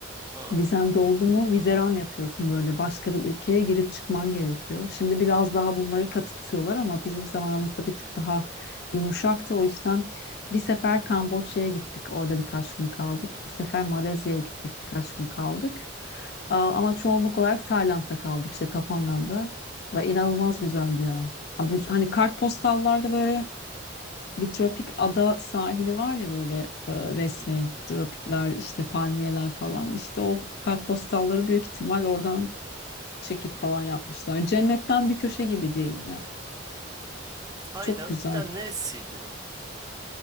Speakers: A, on the right; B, on the left.
A: Aa.
B: Vizen doldu mu vizeran yapıyorsun böyle başka bir ülkeye girip çıkman gerekiyor. Şimdi biraz daha bunları katı tutuyorlar ama bizim zamanımızda bir tık
A: Hı
B: daha
A: hı.
B: yumuşaktı. O yüzden bir sefer Kamboçya'ya gittik orada birkaç gün kaldık. Bir sefer Malezya'ya gittik birkaç gün kaldık. Aa, Ama çoğunluk olarak Tayland'da kaldık işte Kapangan'da ve inanılmaz güzeldi ya. Abi, Hani kartpostallarda böyle bir tropik ada sahili var ya böyle e, resmi
A: Hı hı.
B: tropikler işte palmiyeler falan işte o kartpostalları büyük ihtimal oradan çekip falan yapmışlar. Cennetten bir köşe gibi değil ya.
A: Tayland
B: Çok güzel.
A: bir daha neresiydi